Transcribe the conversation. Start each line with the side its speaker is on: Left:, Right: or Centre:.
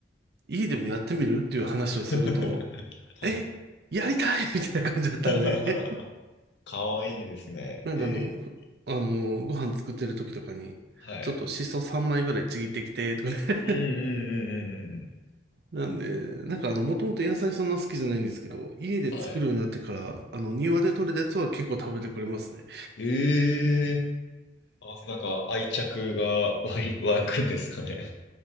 Right: 家でもやってみるっていう話をすると、
Left: <laughs> はい。
Right: え、やりたいみたいな感じだったんで
Left: <laughs> かわいいですね。
Right: なんであの、
Left: ええ
Right: ふあの、ご飯作ってる時とかに、
Left: はい。
Right: ちょっとシソ3枚ぐらいちぎってきて、とかね。
Left: うんうんうんうんうん
Right: <laughs> なんで、なんかあの、もともと野菜そんな好きじゃないんですけど、家で作るようになってから、
Left: うん。はい。
Right: あの、庭で採れたやつは結構食べてくれますね。
Left: ええあ、なんか愛着が湧い、湧くんですかね。